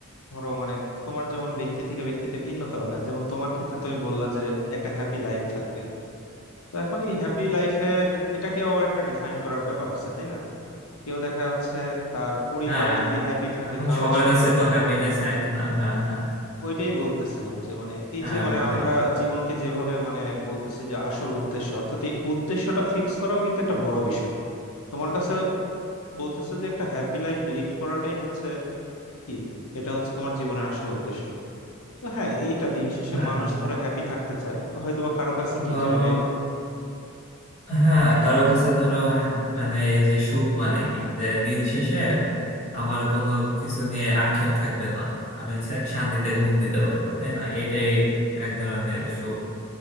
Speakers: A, on the left (about 75°); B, on the left (about 30°).
A: ধরো মানে তোমার যেমন ব্যক্তি থেকে ব্যক্তিতে ভিন্নতর হয় যেমন তোমার ক্ষেত্রে তুমি বললা যে একটা হ্যাপি লাইফ থাকবে তো এখন এই হ্যাপি লাইফের এটাকে আবার একটা ডিফাইন করার ব্যাপার আছে তাই না কেউ দেখা যাচ্ছে তার পরিবার
B: হ্যাঁ
A: যদি হ্যাপি থাকে
B: এখন
A: তাহলে
B: সবার
A: সে
B: কাছে
A: হ্যাপি
B: তো
A: থাকে
B: হ্যাপিনেস এক না হ্যাঁ হ্যাঁ
A: ওইটাই বলতেছিলাম যে মানে এই
B: হ্যাঁ
A: যে মানে
B: ওটাই
A: আমরা জীবনকে যেভাবে মানে বলতেছি যে আসল উদ্দেশ্য অর্থাৎ এই উদ্দেশ্যটা ফিক্স করাও কিন্তু একটা বড় বিষয় তোমার কাছে বলতেছে যে একটা হ্যাপি লাইফ লিড করাটাই হচ্ছে কি এটা হচ্ছে তোমার জীবনের আসল উদ্দেশ্য তো হ্যাঁ এইটা দিন শেষে
B: হ্যাঁ
A: মানুষ ধরো হ্যাপি থাকতে চায় হয়তোবা কারো কাছে কি
B: ধরো
A: যে মানে
B: হ্যাঁ কারো কাছে ধরো হ্যাঁ, মানে এই যে সুখ মানে কি যে দিন শেষে আমার কোনো কিছু নিয়ে আক্ষেপ থাকবে না আমি হচ্ছে এক শান্তিতে ঘুম দিতে পারবো তাই না এটাই এক ধরনের সুখ